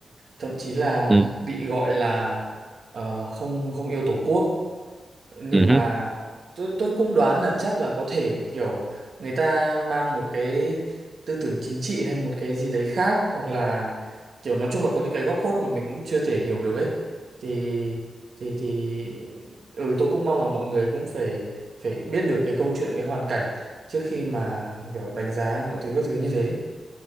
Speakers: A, on the right; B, on the right.
A: thậm chí là
B: ừ.
A: bị gọi là ờ, không không yêu tổ quốc nhưng
B: Ừ
A: mà
B: hứ,
A: tôi tôi cũng đoán là chắc là có thể kiểu người ta mang một cái tư tưởng chính trị hay một cái gì đấy khác hoặc là kiểu nói chung là có những cái góc khuất mà mình cũng chưa thể hiểu được ấy thì thì thì ừ tôi cũng mong là mọi người cũng phải phải biết được cái câu chuyện cái hoàn cảnh trước khi mà kiểu đánh giá mọi thứ các thứ như thế